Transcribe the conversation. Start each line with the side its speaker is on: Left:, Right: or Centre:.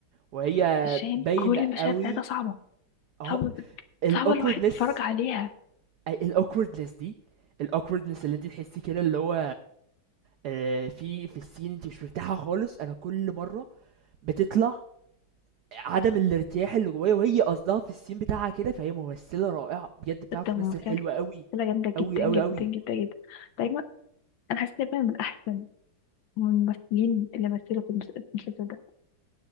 Right: وهي
Left: فشاهين
Right: باينه
Left: كل
Right: قوي
Left: المشاهد بتاعتها صعبة
Right: اهو
Left: صعبة
Right: الاوكوردنس
Left: صعبة الواحد يتفرج عليها
Right: اي الاوكوردنس دي الاوكوردنس اللي انت تحسي كده اللي هو آه، في في السين انت مش مرتاحه خالص انا كل مره بتطلع عدم الارتياح اللي جوايا وهي قصدها في الscene بتاعها كده، فهي ممثلة رائعة، بجد بتعرف
Left: بجد
Right: تمثل
Left: ممثلة
Right: حلو أوي،
Left: ممثلة جامدة
Right: أوي،
Left: جدا
Right: أوي،
Left: جدا
Right: أوي.
Left: جدا جدا دايما أنا حاسة دايما من أحسن من الممثلين اللي مثلوا في المس- المسلسل ده